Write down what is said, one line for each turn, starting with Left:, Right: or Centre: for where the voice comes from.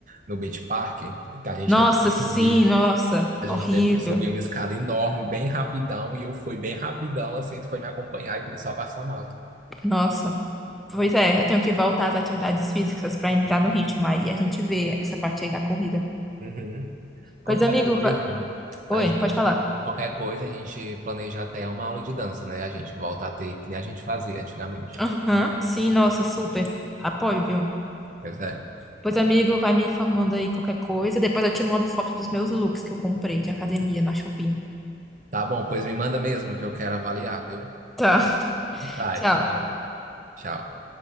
Right: no Beach Park, que a gente
Centre: Nossa,
Right: teve que
Centre: sim,
Right: subir.
Centre: nossa,
Right: A gente
Centre: horrível.
Right: teve que subir uma escada enorme, bem rapidão, e eu fui bem rapidão, assim, tu foi me acompanhar e começou a passar mal.
Centre: Nossa. Pois é, eu tenho que voltar às atividades físicas para entrar no ritmo. Aí a gente vê essa parte aí da corrida.
Right: Uhum. Qualquer
Centre: Pois, amigo,
Right: coisa,
Centre: va-
Right: a
Centre: Oi,
Right: gente,
Centre: pode falar.
Right: qualquer coisa, a gente planeja até uma aula de dança, né? A gente volta a ter, que nem a gente fazia antigamente.
Centre: Aham, sim, nossa, super. Apoio, viu?
Right: Pois é.
Centre: Pois, amigo, vai me informando aí qualquer coisa. Depois eu te mando foto dos meus looks que eu comprei de academia na Shopee.
Right: Tá bom, pois me manda mesmo que eu quero avaliar, viu?
Centre: Tá, <laughs>
Right: Tá,
Centre: tchau.
Right: tchau. Tchau.